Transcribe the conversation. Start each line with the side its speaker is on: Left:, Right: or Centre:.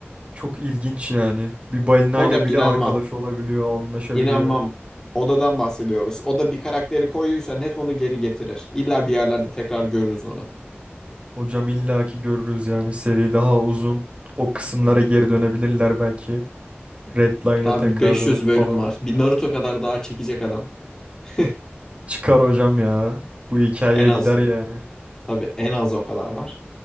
Right: çok ilginç yani. Bir balinayla
Left: Bu arada
Right: bile
Left: inanmam.
Right: arkadaş olabiliyor, anlaşabiliyor.
Left: İnanmam. Odadan bahsediyoruz. O da bir karakteri koyduysa net onu geri getirir. İlla bir yerlerde tekrar görürüz onu.
Right: Hocam illaki görürüz yani seri daha uzun. O kısımlara geri dönebilirler belki. Redline'a
Left: Daha
Right: tekrar
Left: bir 500
Right: dönüp falan.
Left: bölüm var. Bir Naruto kadar daha çekecek adam. <laughs>
Right: Çıkar hocam ya. Bu hikayeye
Left: En az.
Right: gider yani.
Left: Tabii en az o kadar var.